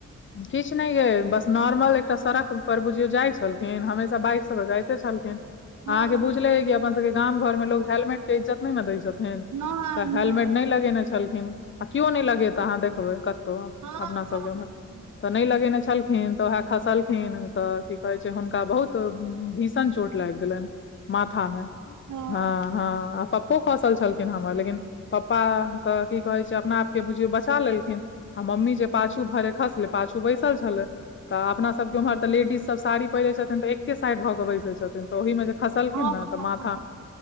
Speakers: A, on the left; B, on the right.
A: किछु नहि ये बस नॉर्मल एकटा सड़क पर बुझियो जाइ छलखिन हमेशा बाइक से तऽ जायते छलखिन
B: हँ
A: अहाँके बुझले अइ कि अपन सबके के गाम घर मे लोग हेलमेट के इज्जत नहि ने दै छथि
B: नहि
A: तऽ
B: नहि
A: हेलमेट नय लगेने छलखिन आ केओ नय लगेत अहाँ देखबै कतौ
B: हँ हँ
A: अपना सबके उमहर
B: नहि अच्छा
A: तऽ नय लगेने छल न तऽ उएह खसलखिन तऽ की कहे छै हुनका बहुत त भीषण चोट लागि गेलन माथा मे
B: हूँ
A: ह हँ आ पप्पो खसल छलखिन हमर लेकिन पप्पा तऽ की कहै छै अपना आपके बुझियौ बचा लेलखिन आ मम्मी जे पाछू भरे खसले पाछू बैसल छले तऽ अपना सब के उम्हर तऽ लेडीज सब साड़ी पहिरै छथिन तऽ एके साइड भऽ बैसै छथिन तऽ ओहिमे जे फसलखिन
B: हँ
A: ने तऽ
B: हँ
A: मा